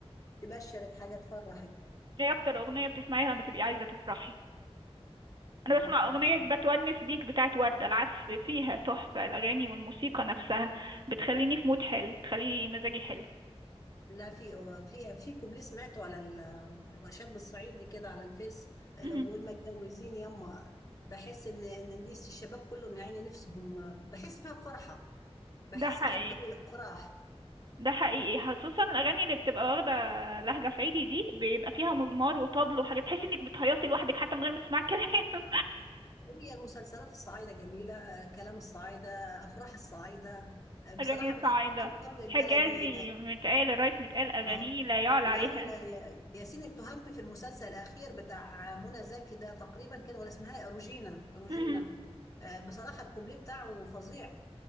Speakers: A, on the left; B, on the right.
A: تبشرك حاجة تفرحك
B: ايه اكتر اغنية بتسمعيها لما تبقي عايزة تفرحي انا
A: لما
B: بسمع
A: أبقى
B: اغنية
A: قاعدة.
B: بتونس بيك بتاعت وردة العزف فيها تحفة الاغاني والموسيقى نفسها بتخليني في مود حلو بتخلي مزاجي حلو
A: لا في في في كوبليه سمعته على ال- شاب الصعيدي كده على الفيس لو
B: مم.
A: بيقول ما اتجوزين يما بحس ان ان دي الشباب كلهم يعني نفسهم بحس فيها بفرحه بحس
B: ده حقيقي
A: فيها بجو الافراح
B: ده حقيقي خصوصا الاغاني اللي بتبقى واخدة لهجة صعيدي دي بيبقى فيها مزمار وطبل وحاجات تحسي انك بتهيصي لوحدك حتى من غير ما تسمعي كلام
A: هي المسلسلات الصعيده جميله آه، كلام الصعيده افراح الصعيده آه، بصراحه
B: <laughs> اغاني
A: بتحب
B: صعيدة
A: الطبل البلدي
B: حجازي متقال الرئيس متقال اغانيه
A: اه
B: لا يعلى
A: لا
B: عليها
A: يا يا- ياسين التهامي في المسلسل الاخير بتاع منى زكي ده تقريبا كان ولا اسمها إيه؟ روجينا روجينا
B: <laughs>
A: آه بصراحه الكوبليه بتاعه فظيع